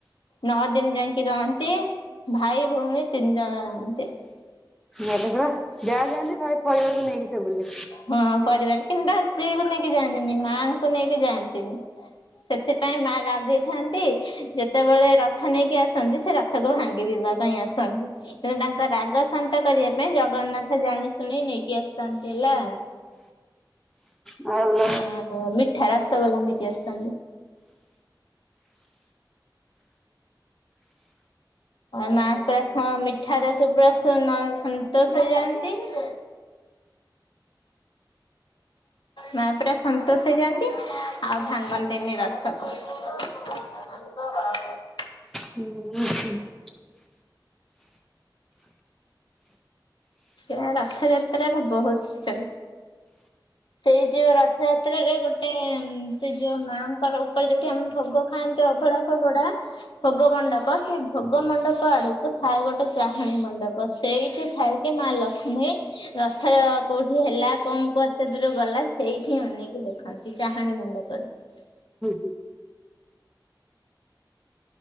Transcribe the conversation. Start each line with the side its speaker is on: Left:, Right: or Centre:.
Left: ନଅ ଦିନ ଯାଇକି ରହନ୍ତି ଭାଇ ଭଉଣୀ ତିନି ଜଣ ରହନ୍ତି।
Centre: ଭଲ କ ଯାହା ଯାଆନ୍ତି ଭାଇ ପରିବାରକୁ ନେଇକି ସେ ବୁଲେ।
Left: ହଁ ପରିବାର କିନ୍ତୁ ତା ସ୍ତ୍ରୀକୁ ନେଇକି ଯାଆନ୍ତି ନି ମାଙ୍କୁ ନେଇକି ଯାଆନ୍ତି ନି ସେଥିପାଇଁ ମା ରାଗେଇଥାନ୍ତି ଯେତେବେଳେ ରଥ ନେଇକି ଆସନ୍ତି ସେ ରଥକୁ ଭାଙ୍ଗି ଦେବେ। ପାଇଁ ଆସନ୍ତି କିନ୍ତୁ ତାଙ୍କ ରାଗ ଶାନ୍ତ କରିବା ପାଇଁ ଜଗନ୍ନାଥ ଜାଣି ଶୁଣି ନେଇକି ଆସିଥାନ୍ତି। ହେଲା,
Centre: ଭଲ।
Left: ଆ ମିଠା ରସଗୋଲା ନେଇକି ଆସିଥାନ୍ତି। ମା ପୁରା ସ ମିଠା ଦେଖୀ ପୁରା ସନ୍ତୋଷ ହେଇଯାଆନ୍ତି। ମା ପୁରା ସନ୍ତୋଷ ହେଇଯାଆନ୍ତି ଆଉ ଭାଙ୍ଗନ୍ତିନି ରଥକୁ। <unintelligible>
Centre: ହୁଁ ହୁଁ
Left: ଏରା ରଥଯାତ୍ର ର ବହୁତ ଷ୍ଟୋରି। ସେଇ ଯଉ ରଥଯାତ୍ରା ରେ ଗୋଟେ ସେ ଯଉ ମା ଙ୍କ ର ଉପରେ ଯୋଉଠି ଆମେ ଭୋଗ ଖାଆନ ଅଭଡା ଫଭଡା ଭୋଗମଣ୍ଡପ ସେଇ ଭୋଗମଣ୍ଡପ ଆଡକୁ ଥାଏ ଗୋଟେ ଚାହାଣୀ ମଣ୍ ମଣ୍ଡପ ସେଇଠି ଥାଇକି ମା ଲକ୍ଷ୍ମୀ ରଥ କୋଉଠି ହେଲା କଣ କୁ କେତେ ଦୂର ଗଲା ସେଇଠି ଅନେଇକି ଦେଖନ୍ତି ଚାହାଣୀ ମୁଣ୍ଡପରୁ।
Centre: ହୁଁ।